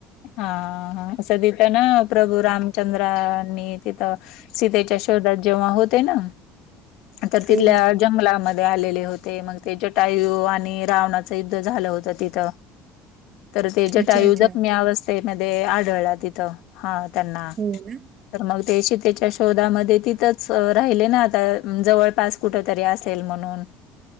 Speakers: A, on the left; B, on the right.
A: हा हा असं तिथं ना प्रभू रामचंद्रांनी तिथं सीतेच्या जेव्हा होते ना तर तिथल्या
B: हो हो
A: जंगलामध्ये आलेले होते मग ते जटायू आणि रावणा युद्ध झालं होत तिथ तर ते जटायू
B: अच्छा अच्छा
A: जखमी अवस्थेत ते मध्ये आढळला तिथं हा त्यांना
B: हो ना
A: तर मग ते शीतेच्या शोधामध्ये तिथंच राहिले ना आता जवळपास कुठ तरी असेल म्हणून
B: ह..